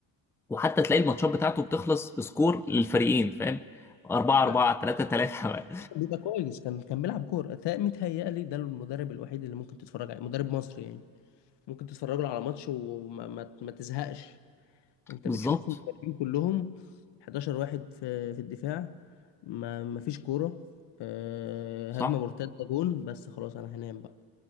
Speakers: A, in the centre; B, on the left.
A: وحتى تلاقي الماتشات بتاعته بتخلص بسكور للفريقين فاهم 4
B: آه،
A: 4 3 3
B: بيبقى كويس كان كان بيلعب كوره تا- متهيألي ده المدرب الوحيد اللي ممكن تتفرج عليه مدرب مصري يعني ممكن تتفرج له على ماتش وما ما ما تزهقش
A: <laughs>
B: انت
A: بالظبط
B: بتشوف المدربين كلهم 11 واحد في في الدفاع ما ما فيش كوره آه،
A: صح
B: هجمه مرتده جون بس خلاص انا هنام بقى